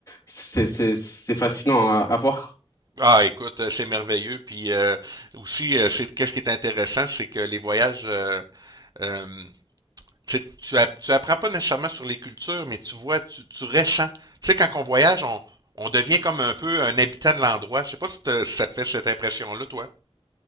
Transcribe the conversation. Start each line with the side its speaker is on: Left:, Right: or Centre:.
Left: c'est c'est c'est fascinant à, à voir.
Right: Ah, écoute, euh, c'est merveilleux. Puis euh, aussi, euh, c'est qu'est-ce qui est intéressant, c'est que les voyages euh, euh, Tu, tu, tu apprends pas nécessairement sur les cultures, mais tu vois, tu, tu ressens. Tu sais, quand on voyage, on, on devient comme un peu un habitant de l'endroit. Je sais pas si, te- si ça te fait cette impression-là, toi.